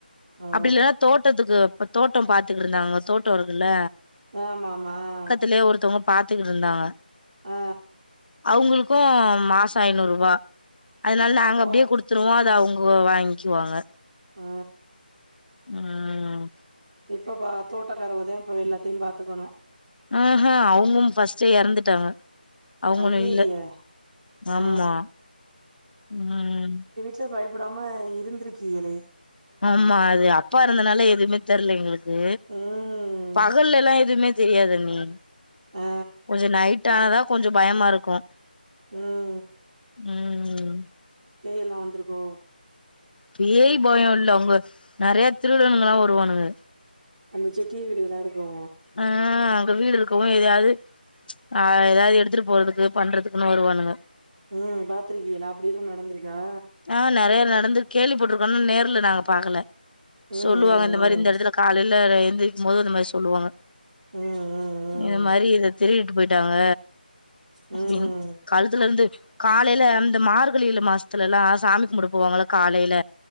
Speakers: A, on the right; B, on the left.
A: ஆ ஓ
B: அப்டி இல்லனா தோட்டத்துக்கு இப்ப தோட்டம் பாத்துகிட்ருந்தாங்கோ தோட்டோ இருக்குல்ல
A: ஆமா ஆமா ஆ
B: அல்லே ஒருத்தவுங்கோ பாத்துகிட்ருந்தாங்க
A: ஆ
B: அவங்களுக்கு மாசோ ஐநூறுவா அதனால நாங்க
A: ஓ
B: அப்டியே
A: அத
B: குடுத் துருவோ அத அவுங்கோ வாய்ங்க்குவாங்க
A: ஆ
B: ம் ம்
A: இப்ப இப்பா தோட்டக்காரவகதா இப்ப எல்லாத்தியும் பாத்துக்குணு
B: அ அ அவுங்கும் ஃபஸ்ட்டே எறந்துட்டாங்க அவுங்களு
A: ஐய்யய்ய
B: இல்ல ஆமா
A: ஆ
B: ம்
A: து பயப்படாம இருந்திருக்கீயலே
B: ஆமா அது அப்பா இருந்தனால எதுமே தெரல எங்களுக்கு
A: ம்
B: பகல்லெல்லா எதுவுமே தெரியாது அண்ணி
A: ஆ
B: கொஞ்சோ நைட் டானாதா கொஞ்சோ பயமா இருக்கு
A: ம்
B: ம்
A: பேய் எல்லா வந்துருக்கோ
B: பேய் பயோ இல்ல உங்க நெறைய திருடனுங்கள வருவானுங்க
A: அந்த செக்கிய வீடுகல்லா இருக் கோ
B: ஆ அங்க வீடு இரு க்கு எதயாவ்து ஆ எதாவ்து எடுத்துட்டு போறதுக்கு பண்றதுக்குன்னு வருவானுங்க
A: ம் பாத்திருக்கீயல்லா அப்படி எதுவு நடந்திருக்கா
B: ஆ நெறைய நடந்து கேள்விப் பட்டுருக்கோ ஆனா நேர்ல நாங்க பாக்கல
A: ம் ம்
B: சொல்லுவாங்க இந்த மாரி இந்த எடத்துல காலையில எந்திரிக்குமோது இந்த மாரி சொல்லுவாங்க
A: ம் ம்
B: இது
A: ம்
B: மாரி இத திருடிட்டு போயிட்டாங்க
A: ம்
B: அப்டின்னு
A: ம்
B: கழுத்துலெருந்து காலையில அந்த மார்கழியில மாஸ்த்துலெல்லா சாமி கும்பட போவாங்கல காலையில